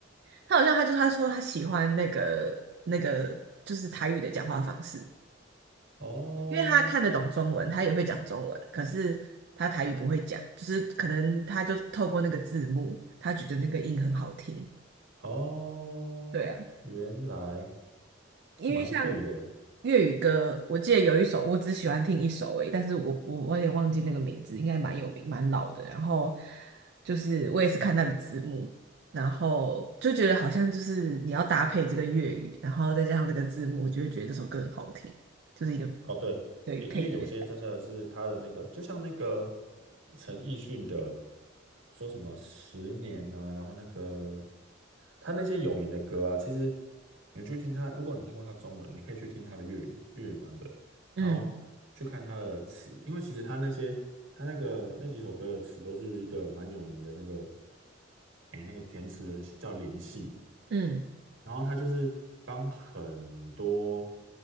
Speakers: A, on the right; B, on the right.
A: 他好像他就是他说他喜欢那个那个就是台语的讲话方式，
B: 哦
A: 因为他看得懂中文，他也会讲中文，可是他台语不会讲，就是可能他就透过那个字幕，
B: 哦，
A: 他觉得那个音很好听。
B: 哦原来
A: 对啊，因为像
B: 蛮酷的。
A: 粤语歌，我记得有一首，我只喜欢听一首而已，但是我我我也忘记那个名字，应该蛮有名、蛮老的。然后就是我也是看那个字幕，然后就觉得好像就是你要搭配这个粤语，然后再加上那个字幕，就会觉得这首歌很好听，就是一个
B: 哦，对，
A: 对配对的感觉。
B: 因因为有些真的是他的那个，就像那个陈奕迅的，说什么十年啊，然后那个他那些有名的歌啊，其实你去听他，如果你听过他的中文，你可以去听他的粤语粤语版本，
A: 嗯
B: 然后去看他的词，因为其实他那些他那个那几首歌的词都是一个蛮有名的那个，诶，那个填词人是叫林夕，
A: 嗯
B: 然后他就是帮很多，